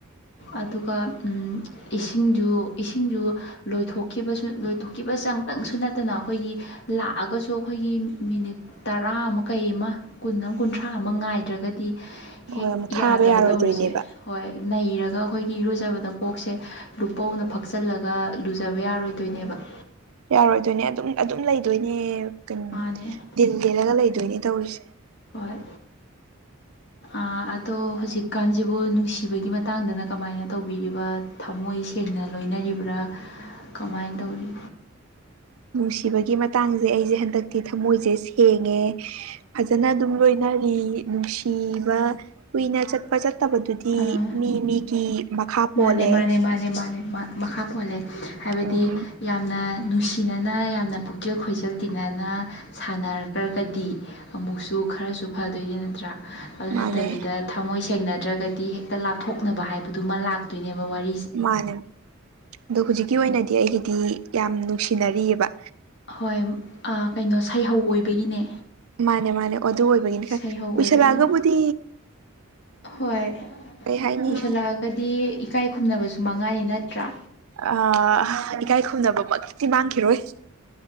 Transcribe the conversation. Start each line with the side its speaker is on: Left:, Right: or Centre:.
Left: ꯑꯗꯨꯒ ꯎꯝ ꯏꯁꯤꯡꯁꯨ ꯏꯁꯤꯡꯁꯨ ꯂꯣꯏꯊꯣꯛꯈꯤꯕꯁꯨ ꯂꯣꯏꯊꯣꯛꯈꯤꯕ ꯆꯪꯇꯪꯁꯨ ꯅꯠꯇꯅ ꯑꯩꯈꯣꯏꯒꯤ ꯂꯥꯛꯑꯒꯁꯨ ꯑꯩꯈꯣꯏꯒꯤ ꯃꯤꯅꯤꯠ ꯇꯔꯥ ꯑꯃ ꯀꯩ ꯑꯃ ꯀꯨꯟ ꯑꯃ ꯀꯨꯟꯊ꯭ꯔꯥ ꯑꯃ ꯉꯥꯏꯗ꯭ꯔꯒꯗꯤ ꯍꯦꯛ
Right: ꯍꯣꯏ ꯑꯃꯨꯛ
Left: ꯌꯥꯗꯕ
Right: ꯊꯥꯕ ꯌꯥꯔꯣꯏꯗꯣꯏꯅꯦꯕ
Left: ꯇꯧꯔꯤꯁꯦ ꯍꯣꯏ ꯅꯩꯔꯒ ꯑꯩꯈꯣꯏꯒꯤ ꯏꯔꯨꯖꯕꯗ ꯀꯣꯛꯁꯦ ꯂꯨꯄꯧꯅ ꯐꯛꯆꯜꯂꯒ ꯂꯨꯖꯕ ꯌꯥꯔꯣꯏꯗꯣꯏꯅꯦꯕ
Right: ꯌꯥꯔꯣꯏꯗꯣꯏꯅꯦ ꯑꯗꯨꯝ ꯑꯗꯨꯝ ꯂꯩꯗꯣꯏꯅꯦ ꯀꯩꯅꯣ
Left: ꯃꯥꯅꯦ
Right: ꯗꯤꯜ ꯂꯦꯜꯂꯒ ꯂꯩꯗꯣꯏꯅꯦ ꯇꯧꯔꯤꯁꯤ
Left: ꯍꯣꯏ ꯑꯥ ꯑꯗꯣ ꯍꯧꯖꯤꯛꯀꯥꯟꯁꯤꯕꯨ ꯅꯨꯡꯁꯤꯕꯒꯤ ꯃꯇꯥꯡꯗꯅ ꯀꯃꯥꯏꯅ ꯇꯧꯕꯤꯔꯤꯕ ꯊꯥꯃꯣꯏ ꯁꯦꯡꯅ ꯂꯣꯏꯅꯔꯤꯕ꯭ꯔꯥ ꯀꯃꯥꯏꯟ ꯇꯧꯔꯤ
Right: ꯅꯨꯡꯁꯤꯕꯒꯤ ꯃꯇꯥꯡꯁꯦ ꯑꯩꯁꯦ ꯍꯟꯗꯛꯇꯤ ꯊꯃꯣꯏꯁꯦ ꯁꯦꯡꯉꯦ ꯐꯥꯖꯅ ꯑꯗꯨꯝ ꯂꯣꯏꯅꯔꯤ ꯅꯨꯡꯁꯤꯕ ꯀꯨꯏꯅ ꯆꯠꯄ ꯆꯠ ꯇꯕꯗꯨꯗꯤ
Left: ꯑꯥ
Right: ꯃꯤ ꯃꯤꯒꯤ ꯃꯈꯥ ꯄꯣꯜꯂꯦ
Left: ꯃꯥꯅꯦ ꯃꯥꯅꯦ ꯃꯥꯅꯦ ꯃꯥꯅꯦ ꯃꯈꯥ ꯄꯣꯜꯂꯦ ꯍꯥꯏꯕꯗꯤ
Right: ꯎꯝ
Left: ꯌꯥꯝꯅ ꯅꯨꯡꯁꯤ ꯇꯤꯅꯅ ꯌꯥꯝꯅ ꯄꯨꯛꯆꯦꯜ ꯈꯣꯏꯖꯦꯜ ꯇꯤꯟꯅꯅ ꯁꯥꯟꯅꯒ ꯀꯗꯤ ꯑꯃꯨꯛꯁꯨ ꯈꯔꯁꯨ ꯐꯗꯣꯏꯅꯤ ꯅꯠꯇ꯭ꯔꯥ ꯑꯗꯨ
Right: ꯃꯥꯅꯦ
Left: ꯅꯠꯇꯕꯤꯗ ꯊꯝꯃꯣꯏ ꯁꯦꯡꯅꯗ꯭ꯔꯒꯗꯤ ꯍꯦꯛꯇ ꯂꯥꯞꯊꯣꯛꯅꯕ ꯍꯥꯏꯕꯗꯨ ꯃꯥ ꯂꯥꯛ ꯄꯤꯅꯤꯕ ꯋꯥꯔꯤ
Right: ꯃꯥꯅꯦ ꯑꯗꯣ ꯍꯨꯖꯤꯛꯀꯤ ꯑꯣꯏꯅꯗꯤ ꯑꯩꯒꯤꯗꯤ ꯌꯥꯝ ꯅꯨꯡꯁꯤꯅꯔꯤꯌꯦꯕ
Left: ꯍꯣꯏ ꯑꯥ ꯀꯩꯅꯣ ꯁꯩꯍꯧ ꯑꯣꯏꯕꯒꯤꯅꯦ
Right: ꯃꯥꯅꯦ ꯃꯥꯅꯦ ꯑꯗꯨ ꯑꯣꯏꯕꯒꯤꯅꯤ
Left: ꯁꯩꯍꯧ
Right: ꯀꯨꯏꯁꯜꯂꯛꯑꯒꯕꯨꯗꯤ
Left: ꯑꯣꯏꯕꯒꯤꯅꯦ ꯍꯣꯏ
Right: ꯀꯩ ꯍꯥꯏꯅꯤ
Left: ꯀꯨꯏꯁꯜꯂꯛꯑꯒꯗꯤ ꯏꯀꯥꯏ ꯈꯨꯝꯅꯕꯁꯨ ꯃꯥꯡꯉꯛꯑꯅꯤ ꯅꯠꯇ꯭ꯔꯥ꯫
Right: ꯑꯥ ꯏꯀꯥꯏ ꯈꯨꯝꯅꯕꯃꯛꯇꯤ ꯃꯥꯡꯈꯤꯔꯣꯏ꯫